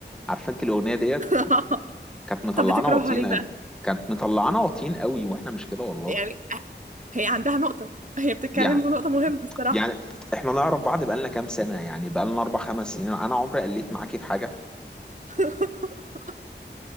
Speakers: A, in the centre; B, on the right.
A: عارفه انت الاغنيه ديت
B: <laughs>
A: كانت مطلعانا
B: طب بتكرهها
A: واطيين
B: ليه
A: قوي
B: بقى
A: كانت مطلعانا واطيين قوي واحنا مش كده والله
B: يعني آه، هي عندها نقطه هي بتتكلم
A: يعني
B: في نقطه مهمه الصراحه
A: يعني احنا نعرف بعض بقالنا كام سنه يعني بقالنا اربع خمس سنين انا عمري قلت معاكي في حاجه
B: <laughs>